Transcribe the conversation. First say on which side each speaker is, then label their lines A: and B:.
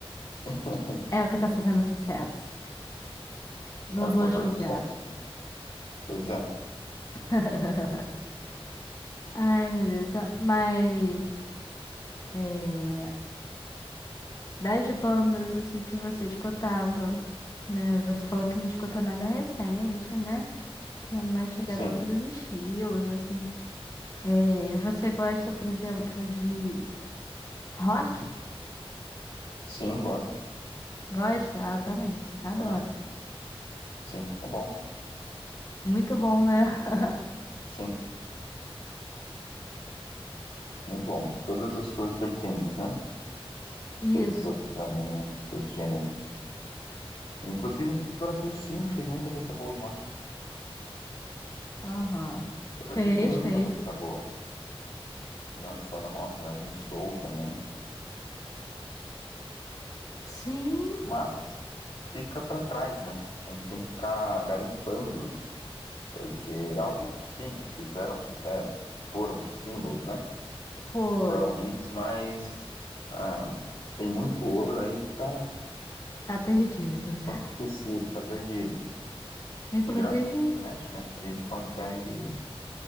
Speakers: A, on the left; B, on the left.
A: <laughs>
B: É o que tá fazendo sucesso. Não
A: É o
B: vou
A: que tá
B: julgar.
A: fazendo sucesso. Pois é.
B: <laughs> Ai, meu Deus. é- Mas é, das bandas assim que você escutava, né? Você falou que não escuta nada recente, né? Que é mais chegado
A: Sim.
B: a outros estilos, assim. É, você gosta, por exemplo, de rock?
A: Sim, gosto.
B: Gosta? Ah, eu também. Adoro.
A: Aham. Sim, é bom.
B: Muito bom, né? <laughs>
A: Sim, muito bom. Em todas as suas vertentes, né?
B: Isso.
A: seus desdobramentos, seus gêneros. Inclusive, o Brasil sim fez muita coisa boa em rock.
B: Aham.
A: O Brasil
B: Fez,
A: tem muita
B: fez.
A: música boa, não só no rock, mas no soul também.
B: Sim,
A: Mas fica para trás, né? A gente tem que ficar garimpando, porque algumas sim fizeram sucesso, foram singles, né?
B: foram.
A: Foram hits, mas ah, tem muito ouro aí que tá
B: Tá perdido. né?
A: esquecido, tá perdido.
B: Inclusive,
A: E graças à internet, né, a gente consegue